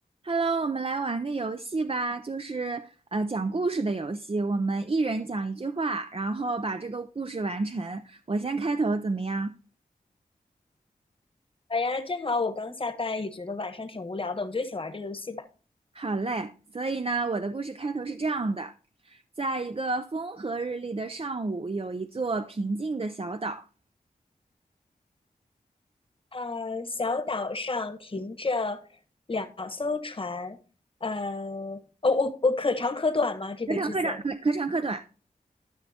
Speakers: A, on the right; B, on the left.
A: Hello，我们来玩个游戏吧，就是呃讲故事的游戏。我们一人讲一句话，然后把这个故事完成。我先开头怎么样？
B: 好呀，正好我刚下班，也觉得晚上挺无聊的，我们就一起玩这个游戏吧。
A: 好嘞。所以呢，我的故事开头是这样的：在一个风和日丽的上午，有一座平静的小岛。
B: 呃，小岛上停着两艘船，呃，哦，我我可长可短吗？这个句子。
A: 可长可短，可可长可短。